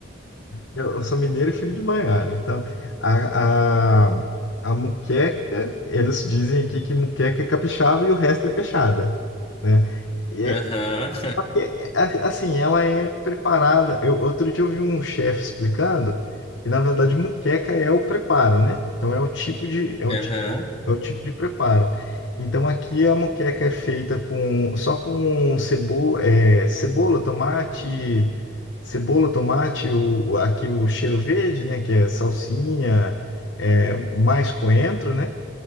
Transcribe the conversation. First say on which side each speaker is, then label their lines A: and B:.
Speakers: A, on the left; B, on the left.
A: Eu, eu sou mineiro e filho de baiano. Então, a, a, a muqueca, eles dizem aqui que muqueca é capixaba e o resto é peixada, né? E é,
B: Aham,
A: é, a- assim, ela é preparada. Eu, outro dia eu vi um chefe explicando que, na verdade, muqueca é o preparo, né? Então, é o tipo de, é o
B: <laughs> aham,
A: é o tipo de preparo. Então aqui a moqueca é feita com só com cebo, é, cebola, tomate, cebola, tomate, o, aqui o cheiro verde, né? Que é salsinha, é, mais coentro, né?